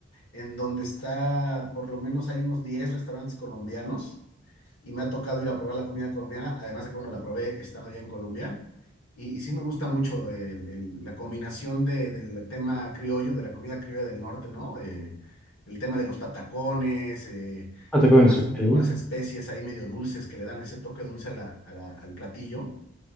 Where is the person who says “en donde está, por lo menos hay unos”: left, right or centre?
Left